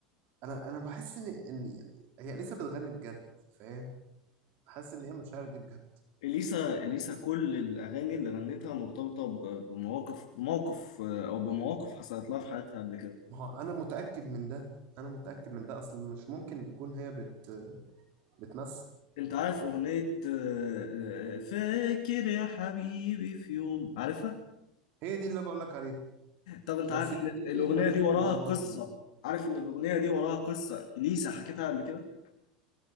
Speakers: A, on the right; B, on the left.
A: أنا أنا بحس إن إن هي إليسا بتغني بجد فاهم حاسس إن هي المشاعر دي بجد
B: إليسا إليسا كل الأغاني اللي غنتها مرتبطة ب- بمواقف بموقف آه، أو بمواقف حصلت لها في حياتها قبل كده
A: ما هو أنا متأكد من ده أنا متأكد من ده أصل مش ممكن تكون هي بت بتمثل
B: أنت عارف أغنية آه، آه، فاكر يا حبيبي في يوم عارفها؟
A: هي دي اللي بقول لك عليها
B: طب انت
A: مسكتني
B: عارف ان الاغنيه
A: امشي
B: دي وراها
A: والمواطنين
B: قصه عارف ان الاغنيه دي وراها قصه اليسا حكيتها قبل كده